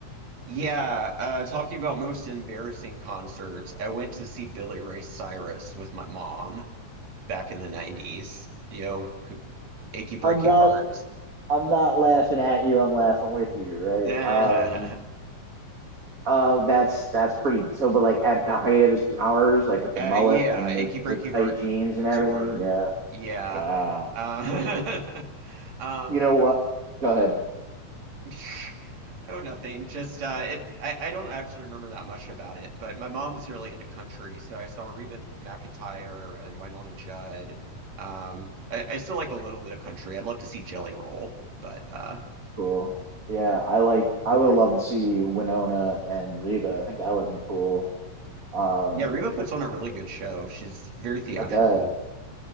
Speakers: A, on the right; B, on the right.
A: Yeah, uh talking about most embarrassing concerts, I went to see Billy Ray Cyrus with my mom back in the 90s. You know, who- Achy Breaky
B: I'm not
A: Heart.
B: I'm not laughing at you. I'm laughing with you, right?
A: <laughs>
B: Um. Oh, that's that's pretty. So, but like at the height of his powers, like with the
A: Uh,
B: mullet
A: yeah,
B: and
A: Achy
B: the
A: Breaky
B: the
A: Heart
B: tight jeans and everything.
A: tour.
B: Yeah.
A: Yeah.
B: Wow.
A: Uh, <laughs> um,
B: You know what? Go ahead.
A: <laughs> oh, nothing. Just uh, it. I, I don't actually remember that much about it, but my mom was really into country, so I saw Reba McEntire and Winona Judd. Um, I, I still like a little bit of country. I'd love to see Jelly Roll, but uh,
B: cool. Yeah, I like. I
A: for
B: would
A: the reason.
B: love to see Winona and Reba. I think that would have been cool. Um,
A: Yeah, Reba puts on a really good show. She's very theatrical.
B: I bet.